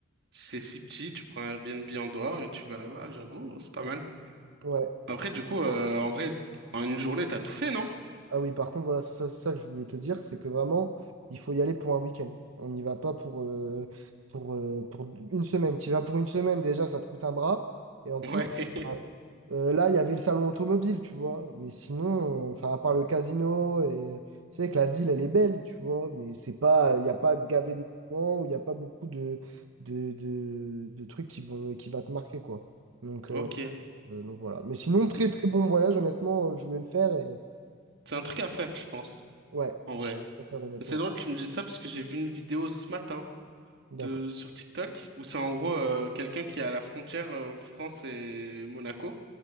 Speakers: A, on the right (about 60°); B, on the right (about 85°).
A: Si c'est si petit, tu prends un Airbnb en dehors et tu vas là-bas, j'avoue, c'est pas mal.
B: ouais,
A: Après, du coup, euh, en vrai, en une journée, t'as tout fait, non?
B: Ah oui, par contre, voilà, c'est ça, c'est ça que je voulais te dire, c'est que vraiment, il faut y aller pour un week-end. On n'y va pas pour, euh, pour, euh, pour une semaine. Tu y vas pour une semaine, déjà, ça te coûte un bras. Et en plus,
A: Ouais, <laughs>
B: euh, là, il y avait le salon automobile, tu vois. Mais sinon, euh, enfin, à part le casino, et c'est vrai que la ville, elle est belle, tu vois. Mais c'est pas, il n'y a pas gavé de moments, où il n'y a pas beaucoup de, de, de, de trucs qui vont, qui va te marquer, quoi. Donc,
A: ok.
B: euh, euh, donc voilà. Mais sinon, très
A: Mais c'est
B: très bon voyage, honnêtement, euh, je voulais le faire. Et,
A: c'est un truc à faire, je pense,
B: Ouais,
A: en vrai.
B: ça peut faire honnêtement.
A: Mais c'est drôle, tu me dis ça parce que j'ai vu une vidéo ce matin
B: D'accord,
A: de, sur TikTok où c'est en gros euh, quelqu'un qui est à la frontière euh, France et Monaco